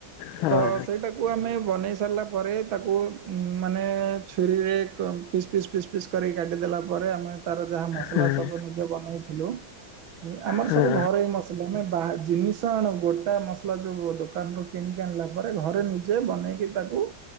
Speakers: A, on the left; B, on the right.
A: ହଁ
B: ତ ସେଇଟା ତାକୁ ଆମେ ବନେଇ ସାରିଲା ପରେ ତାକୁ ମାନେ ଛୁରୀରେ ପିସ୍ ପିସ୍ ପିସ୍ ପିସ୍ କରି କାଟିଦେଲା ପରେ ଆମେ ତାର ଯାହା ମସଲା
A: ହୁଁ
B: ସବୁ ନିଜେ ବନେଇଥିଲୁ ଆମର
A: ହୁଁ
B: ସବୁ ଘରେଇ ମସଲା ଆମେ ବା ଜିନିଷ ଆଣୁ ଗୋଟା ମସଲା ଯୋଉ ଦୋକାନରୁ କିଣିକି ଆଣିଲା ପରେ ଘରେ ନିଜେ ବନେଇକି ତାକୁ